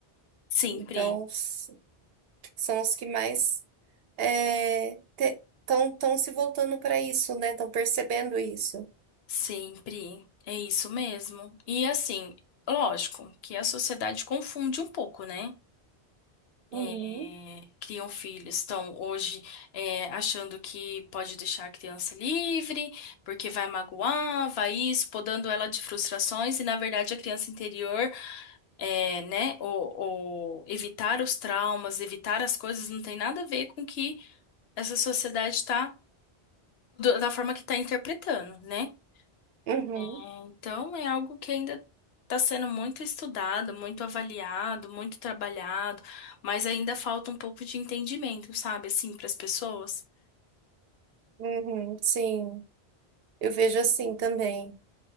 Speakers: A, on the left (about 75°); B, on the right (about 70°).
A: Sempre,
B: Então, s- são os que mais é, estão tão se voltando para isso, né? Estão percebendo isso.
A: sempre. É isso mesmo. E assim, lógico que a sociedade confunde um pouco, né?
B: Uhum,
A: é, criam filhos, estão hoje é, achando que pode deixar a criança livre, porque vai magoar, vai isso, podando ela de frustrações, e na verdade a criança interior, é, né, ou, ou evitar os traumas, evitar as coisas, não tem nada a ver com o que essa sociedade está, da forma que está interpretando, né?
B: uhum,
A: É, então é algo que ainda está sendo muito estudado, muito avaliado, muito trabalhado, mas ainda falta um pouco de entendimento, sabe, assim, para as pessoas.
B: uhum, sim, eu vejo assim também.